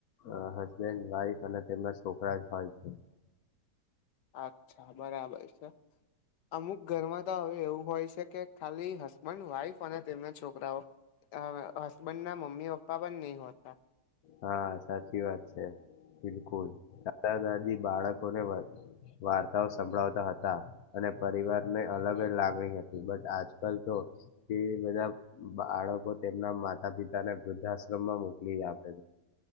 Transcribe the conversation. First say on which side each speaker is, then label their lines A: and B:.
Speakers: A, on the left; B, on the left.
A: અ હસબેન્ડ વાઈફ અને તેમના છોકરા જ હોય છે
B: અચ્છા બરાબર છે અમુક ઘરમાં તો હવે એવું હોય છે કે ખાલી હસબેન્ડ વાઈફ અને તેમના છોકરાઓ અ હસબેન્ડ ના મમ્મી અી પપ્પા પણ નહી હોત
A: હા સાચી વાત છે બિલકુલ દાદા દાદી બાળકો ને વાર્તાઓ સંભળાવતા હતા અને પરિવારને અલગ જ લાગણી હતી બટ આજકાલ તો તે બધા બાળકો તેમના માતા પિતાને વૃદ્ધાશ્રમમાં મુ મુકી આપે